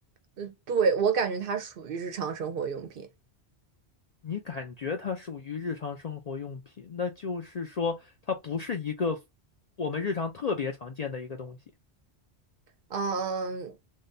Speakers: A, on the right; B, on the left.
A: 呃，对，我感觉它属于日常生活用品。
B: 你感觉它属于日常生活用品，那就是说它不是一个我们日常特别常见的一个东西。
A: 嗯，